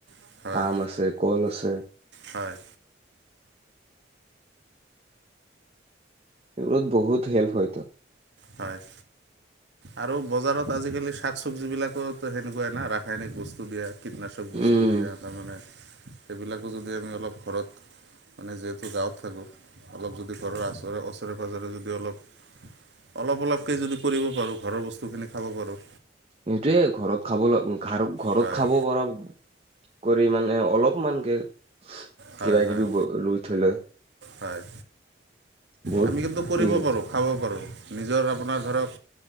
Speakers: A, on the right; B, on the right.
A: হয়
B: আম
A: হয়
B: আছে কল আছে।
A: হয়
B: এইবোৰত বহুত হেল্প হয়ত।
A: হয় আৰু বজাৰত আজিকালি শাক চবজি বিলাকো সেনেকুৱাই না ৰাসায়নিক বস্তু দিয়া কীটনাশক বস্তু
B: উম,
A: দিয়া তাৰমানে সেইবিলাকো যদি আমি অলপ ঘৰত মানে যিহেতু গাঁৱত থাকোঁ অলপ যদি ঘৰৰ ওচৰে ওচৰে পাঁজৰে যদি অলপ। অলপ অলপকে যদি কৰিব পাৰো ঘৰৰ বস্তু খিনি খাব পাৰো।
B: এইটোয়ে ঘৰত খাব ঘ ঘৰত
A: হয়
B: খাব পৰা। কৰি মানে অলপমানকে কিবা
A: হয় হয়
B: কিবি ৰুই থলে।
A: হয়
B: বহুত
A: আমি কিন্তু কৰিব
B: ই হয়
A: পাৰোঁ খাব পাৰোঁ নিজৰ আপোনাৰ ধৰক।